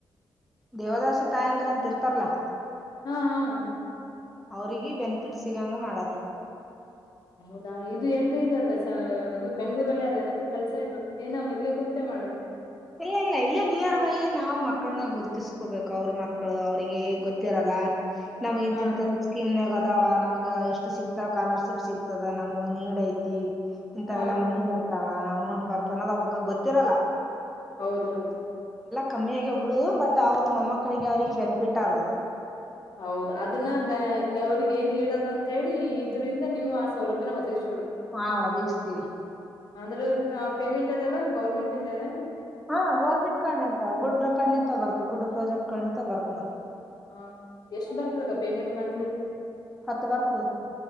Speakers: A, in the centre; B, on the left.
A: ದೇವದಾಸಿ ತಾಯಿ ಅಂದ್ರ ಅಂತ ಇರ್ತಾರಲ್ಲಾ
B: ಹಾ ಹಾದು
A: ಅವ್ರಗ ಬೆನಿಫಿಟ್ ಸಿಗಂಗ ಮಾಡದು
B: ಹೌದಾ ಇದು ಎಲ್ರೂ ಇದ ಅಕ್ಕಸ ಇದು ಬೆಂಗ್ೂರಲ್ಲಿ ಅದ ಅನಕ ಕೆಲ್ಸ ಇದು ಏನ ಇಲ್ಲೇ ಕುಂತ ಮಾಡದನೆ
A: ಇಲ್ಲ ಇಲ್ಲ ಇಲ್ಲೇ ನಿಯರ್ ಬೈ ನಾವು ಮಕ್ಕಳನ್ನ ಗುರ್ತಿಸಕೋಬೇಕು ಅವ್ರ ಮಕ್ಳು ಅವ್ರಿಗೆ ಗೊತ್ತಿರಲ್ಲ ನಮಗ ಇಂತಂತ
B: ಹಾ
A: ಸ್ಕೀಮ್ ನಗದಾವ ನಮಗ್ ಎಷ್ಟು ಸಿಗ್ತಾವ ಕಾಲರ್ಶಿಪ್ ಸಿಗ್ತದ ನಮ್ಗೊ ನೀಡ್ ಐತಿ ಇಂಥವೆಲ್ಲ
B: ಹಾ
A: ಮನಿ ಬರ್ತಾವ ಅಮೌಂಟ್ ಬರ್ತ ಅನ್ನೋದು ಅವ್ಕ ಗೊತ್ತಿರಲ್ಲ
B: ಹೌದೌದು
A: ಕಮ್ಮಿಿಯಾಗಿಬಿಡುದು ಬಟ್ ಅವ್ರ ಮೊಮ್ಮಕ್ಕಳಿಗೆ ಅವ್ರಿಗೆ ಬೆನಿಫಿಟ್ ಆಗದು
B: ಹೌದ ಅದನ್ನ ಬ ಅವ್ರಗ ಏನ್ ಇದ ಅಂತ ಹೇಳಿ ಇದರಿಂದ ನೀವು ಆ ಸೌಲಭ್ಯನ ಒದಗ್
A: ಹಾ ಒದಗಿಸ್ತೀವಿ
B: ಅಂದ್ರ ಪೇಮೆಂಟ್ ಅದೆಲ್ಲ ಗೌರ್ಮೆಂಟ್ ಇಂದ ಅದೆೇ
A: ಹಾ ಗೌರ್ಮೆಂಟ್ ಕಣಿತ ಗುಡ್ಡ್ರ ಣ್ಣಿತ ಬರ್ತತ್ ಗುಡ್ಡ ಪ್ರಾಜೆಕ್ಟ್ ಕಣಿತ ಬರ್ತ ನಮ್ಮ
B: ಹಾ ಎಷ್ಟು ಬರ್ತದಕ್ಕ ಪೇಮೆಂಟ್ ಮಾತ್ರಿ
A: ಹತ್ತು ಬರ್ತದ